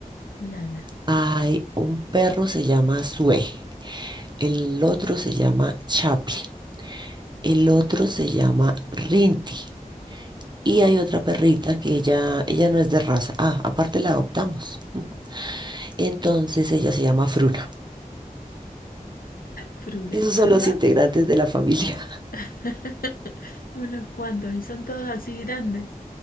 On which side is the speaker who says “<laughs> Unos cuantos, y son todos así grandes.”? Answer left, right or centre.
Left